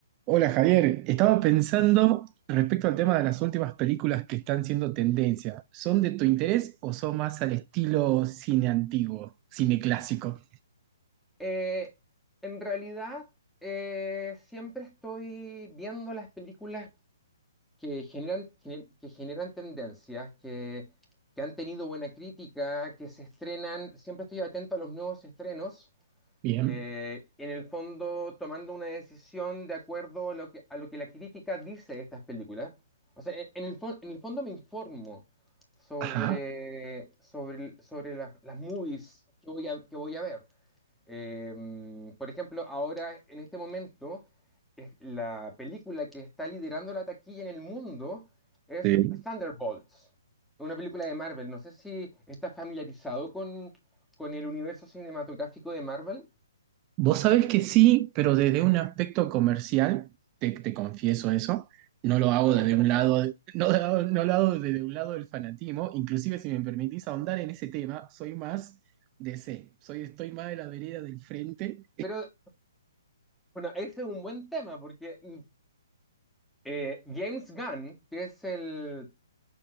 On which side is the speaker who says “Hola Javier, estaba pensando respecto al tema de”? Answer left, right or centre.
Right